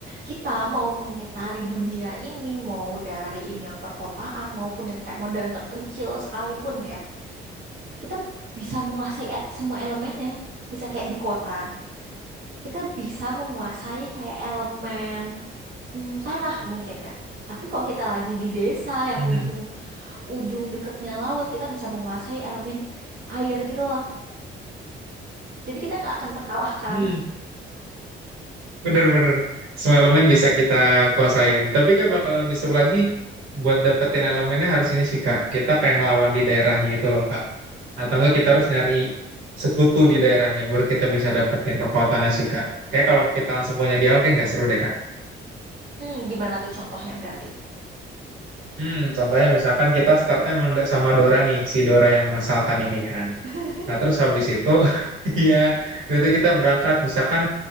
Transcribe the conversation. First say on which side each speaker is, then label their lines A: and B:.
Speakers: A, on the right; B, on the right.
A: kita mau mengitari dunia ini, mau dari ini yang perkotaan maupun yang kayak modelan terpencil sekalipun ya, kita bisa menguasai e- semua elemennya. Bisa kayak di kota, kita bisa menguasai kayak elemen mm, tanah mungkin ya. Tapi kalau kita lagi di desa yang
B: Hmm.
A: ujung-ujung deketnya laut, kita bisa menguasai elemen air gitu loh. Jadi kita nggak akan terkalahkan.
B: Hmm. Bener-bener. Semua elemen bisa kita kuasain. Tapi kan bakal lebih seru lagi buat dapetin elemennya harus ini sih Kak. Kita kayak ngelawan di daerahnya itu loh Kak. Atau enggak kita harus nyari sekutu di daerahnya baru kita bisa dapetin kekuatannya sih Kak. Kayak kalau kita langsung punya dialog kayak nggak seru deh Kak.
A: Hmm, gimana tuh contohnya berarti?
B: Hmm, contohnya misalkan kita startnya emang nggak sama Dora nih, si Dora yang mengasalkan ini kan.
A: <laughs>
B: Nah terus habis itu, <laughs> iya, waktu itu kita berangkat. Misalkan